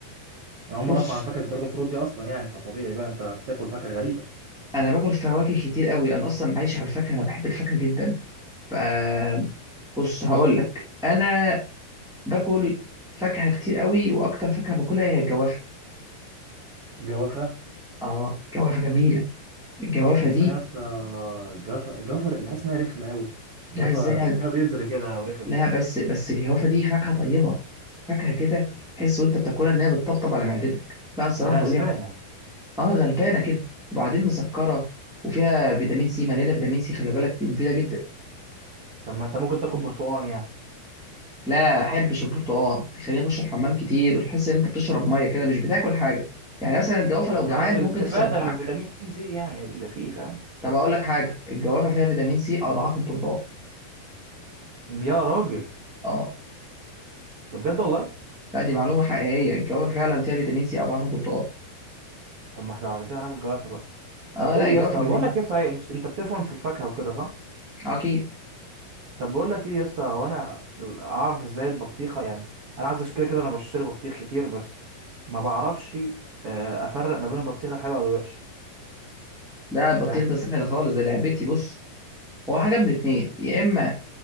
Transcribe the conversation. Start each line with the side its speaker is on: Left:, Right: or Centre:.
Right: انا اول مره
Centre: بص
Right: اسمع عن فاكهه الدراجون فروت دي اصلا يعني فطبيعي بقى انت بتاكل فاكهه غريبه
Centre: انا باكل فواكه كتير قوي انا اصلا عايش على الفاكهه انا بحب الفاكهه جدا فبص هقول لك انا باكل فاكهه كتير قوي واكتر فاكهه باكلها هي الجوافه
Right: جوافه
Centre: اه الجوافه جميله الجوافه
Right: بس
Centre: دي
Right: انا يا اسطى جوافه جوافه بحس ان هي رخمه قوي جوافه
Centre: لا ازاي يعني؟
Right: فيها بذر كده ورخم
Centre: لا بس بس الجوافه دي فاكهه طيبه فاكهه كده تحس وانت بتاكلها ان هي بتطبطب على معدتك لا الصراحه
Right: غلبانه
Centre: فظيعه اه غلبانه كده وبعدين مسكره وفيها فيتامين سي مليانه فيتامين سي خلي بالك دي مفيده جدا
Right: طب ما انت ممكن تاكل برتقال يعني
Centre: لا احبش البرتقال بيخليني اخش الحمام كتير وتحس ان انت بتشرب ميه كده مش بتاكل حاجه يعني مثلا الجوافه
Right: انا
Centre: لو جعان
Right: قصدي الاستفاده
Centre: ممكن تشبعك
Right: من الفيتامين سي يعني اللي فيه فاهم
Centre: طب اقول لك حاجه الجوافه فيها فيتامين سي اضعاف البرتقال
Right: يا راجل
Centre: اه
Right: ده بجد والله
Centre: لا دي معلومه حقيقيه الجوافه فعلا فيها فيتامين سي اضعاف البرتقال
Right: طب ما احنا بعد كده هناكل جوافه بقى
Centre: اه
Right: طب ايه
Centre: لا الجوافه
Right: يا اسطى
Centre: جميله
Right: بقول لك ايه صحيح انت انت بتفهم في الفاكهه وكده صح
Centre: آه، اكيد
Right: طب بقول لك ايه يا اسطى هو انا اعرف ازاي البطيخه يعني انا عايز أش- كده كده انا بشتري بطيخ كتير بس ما بعرفش آه، افرق ما بين البطيخه الحلوه والوحشه
Centre: لا البطيخ
Right: فاهم
Centre: ده سهل خالص ده لعبتي بص هو حاجه من اتنين يا اما